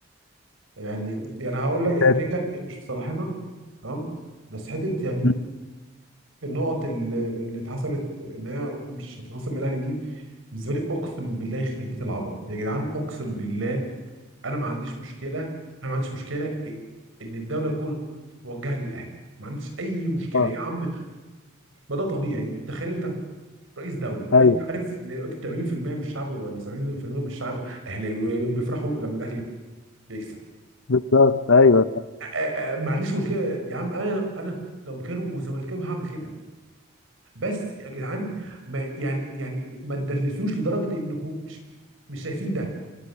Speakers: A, on the right; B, on the left.
A: يعني يعني هقول لك
B: السادس
A: كده كده هي مش في صالحنا تمام بس حته يعني
B: مم.
A: النقط اللي اللي اتحسبت ان هي مش هتتخصم من الاهلي دي بالنسبه لي اقسم بالله يخرب بيت العبط يا جدعان اقسم بالله انا ما عنديش مشكله انا ما عنديش مشكله ان الدوله تكون موجهه للاهلي ما عنديش اي مشكله
B: اه
A: يا عم ما ده طبيعي تخيل انت رئيس دوله
B: ايوه
A: انت عارف ان 80% من الشعب ولا 70% من الشعب اهلاوي بيفرحوا لما الاهلي بيكسب
B: بالظبط ايوه
A: آه، آه، ما عنديش مشكله يا عم انا انا لو مكانه وزملكاوي هعمل كده بس يا جدعان ما يعني يعني ما تدلسوش لدرجه انكم مش مش شايفين ده